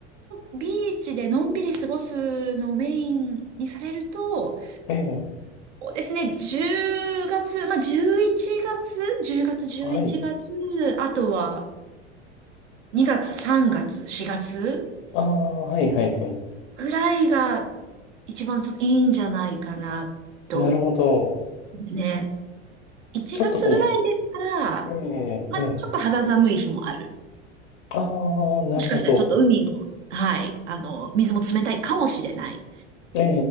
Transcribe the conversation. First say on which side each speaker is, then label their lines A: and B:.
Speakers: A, on the right; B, on the left.
A: ぐビーチでのんびり過ごすのをメインにされると、
B: ええ、
A: そうですね。10月、まあ、11月、10月、11月、
B: はい。
A: あとは2月、3月、4月
B: ああ、はいはいはい。
A: ぐらいが一番ちょっといいんじゃないかなと、
B: なるほど。
A: ね。1月ぐらいでしたら、
B: ちょっとその、ええ、
A: まあ、
B: ええ、
A: ちょっと肌寒い日もある。
B: ああ、なるほど。
A: もしかしたらちょっと海も、はい、あの、水も冷たいかもしれない。
B: え